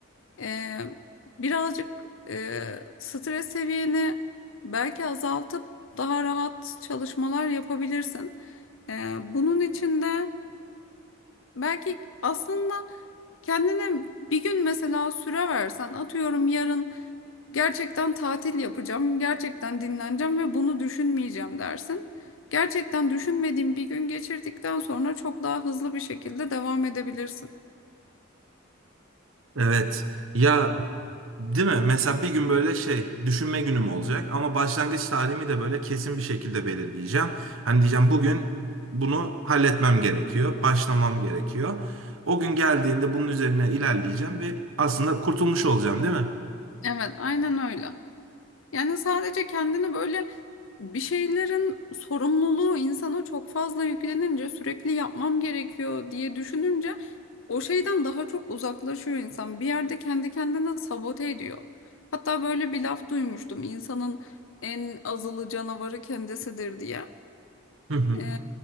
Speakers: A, on the left; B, on the right.
A: Ee, birazcık e, stres seviyeni belki azaltıp daha rahat çalışmalar yapabilirsin. Ee, bunun için de belki aslında Kendine bir gün mesela süre versen atıyorum yarın gerçekten tatil yapacağım, gerçekten dinleneceğim ve bunu düşünmeyeceğim dersin. Gerçekten düşünmediğin bir gün geçirdikten sonra çok daha hızlı bir şekilde devam edebilirsin.
B: Evet. Ya değil mi? Mesela bir gün böyle şey düşünme günüm olacak ama başlangıç tarihimi de böyle kesin bir şekilde belirleyeceğim. Hani diyeceğim bugün bunu halletmem gerekiyor, başlamam gerekiyor. O gün geldiğinde bunun üzerine ilerleyeceğim ve aslında kurtulmuş olacağım, değil mi?
A: Evet, aynen öyle. Yani sadece kendini böyle bir şeylerin sorumluluğu insana çok fazla yüklenince sürekli yapmam gerekiyor diye düşününce o şeyden daha çok uzaklaşıyor insan. Bir yerde kendi kendine sabote ediyor. Hatta böyle bir laf duymuştum insanın en azılı canavarı kendisidir diye.
B: Hı hı.
A: Ee,